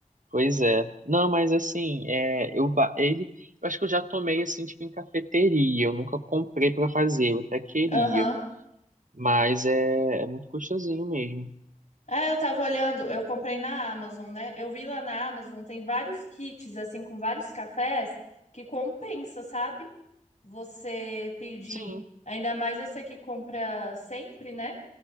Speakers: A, on the right; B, on the left.
A: pois é. Não, mas assim, é, eu, ba- ele, eu acho que eu já tomei assim, tipo, em cafeteria. Eu nunca comprei pra fazer, eu até queria.
B: Aham.
A: Mas é, é muito gostosinho mesmo.
B: É, eu tava olhando, eu comprei na Amazon, né? Eu vi lá na Amazon, tem vários kits, assim, com vários cafés que compensa, sabe? Você pedir.
A: Sim,
B: Ainda mais você que compra sempre, né?